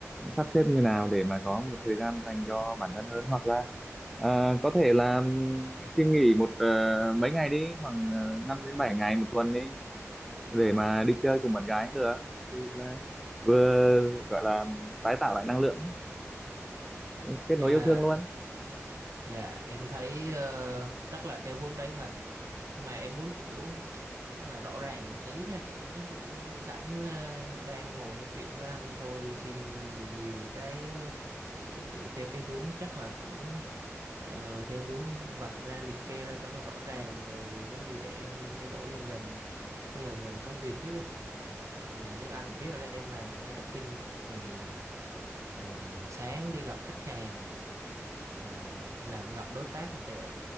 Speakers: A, in the centre; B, on the right.
A: sắp xếp như nào để mà có một thời gian dành cho bản thân hơn hoặc là ờ, có thể là ừm, xin nghỉ một ờ, mấy ngày đi khoảng uh, 5 đến 7 ngày một tuần đi để mà đi chơi cùng bạn gái cũng được thì là vừa gọi là tái tạo lại năng lượng cũng kết
B: Dạ,
A: nối yêu thương luôn
B: dạ em thấy ờ, chắc là theo hướng đấy thật nhưng mà em muốn kiểu chắc là rõ ràng một tí nha chắc sẵn ờ, đang ngồi nói chuyện với anh thôi xin nhiều nhiều cái cái kiểu theo cái hướng chắc là cũng ờ, theo hướng vạch ra liệt kê ra cho nó rõ ràng rồi có gì để em thay đổi dần dần bây giờ về công việc trước đi thì như anh cũng biết rồi đấy em làm marketing thì ờ, sáng đi gặp khách hàng ờ, làm gặp đối tác một tẹo